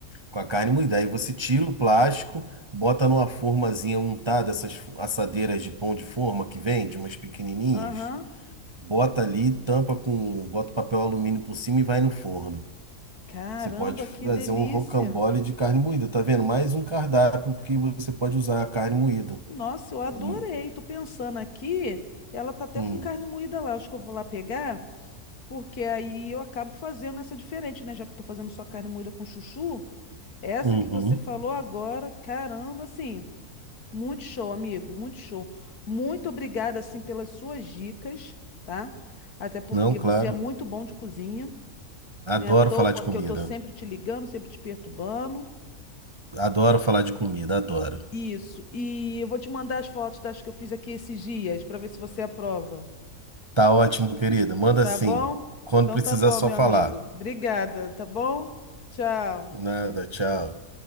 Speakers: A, on the right; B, on the left.
A: Com a carne moída. Aí você tira o plástico, bota numa formazinha untada, essas fo- assadeiras de pão de forma que vende, umas pequenininhas.
B: Aham.
A: Bota ali, tampa com, bota papel alumínio por cima e vai no forno.
B: Caramba,
A: Você pode fazer
B: que delícia!
A: um rocambole de carne moída, tá vendo? Mais um cardápio que você pode usar a carne moída.
B: Nossa, eu adorei.
A: Hum,
B: Tô pensando aqui, ela tá até
A: hum.
B: com carne moída lá. Acho que eu vou lá pegar, porque aí eu acabo fazendo essa diferente, né? Já que eu tô fazendo só carne moída com chuchu. Essa
A: Uhum.
B: que você falou agora, caramba, assim, muito show, amigo, muito show. Muito obrigada, assim, pelas suas dicas, tá? Até porque
A: Não, claro.
B: você é muito bom de cozinha,
A: Adoro
B: não é à toa
A: falar de comida.
B: que eu tô sempre te ligando, sempre te perturbando.
A: Adoro falar de comida, adoro.
B: Isso. E eu vou te mandar as fotos das que eu fiz aqui esses dias, para ver se você aprova,
A: Tá ótimo, querida. Manda
B: tá
A: sim.
B: bom?
A: Quando
B: Então
A: precisar,
B: tá bom,
A: só
B: meu
A: falar.
B: amigo. Obrigada, tá bom? Tchau.
A: Nada, tchau.